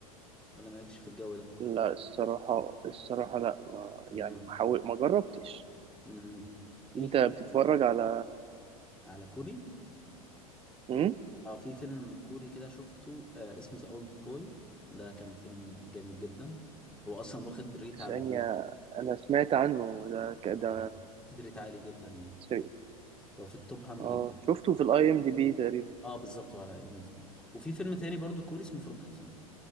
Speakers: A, in the centre; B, on the right.
A: ولا مالكش في الجو ده
B: لا الصراحة الصراحة لا ما
A: مم.
B: يعني ما حاول ما جربتش
A: امم في
B: انت
A: فيلم
B: بتتفرج على
A: على كوري
B: امم
A: اه في فيلم كوري كده شفته آه اسمه ذا اولد بوي ده كان فيلم جامد جدا هو اصلا واخد ريت على
B: ثانية انا سمعت عنه ده ك- ده
A: اه واخد ريت عالي جدا يعني
B: س-
A: هو في التوب 100
B: اه شفته في الاي ام دي بي تقريبا
A: اه بالظبط وعلى ام دي بي وفي فيلم تاني برضو كوري اسمه فورجاتن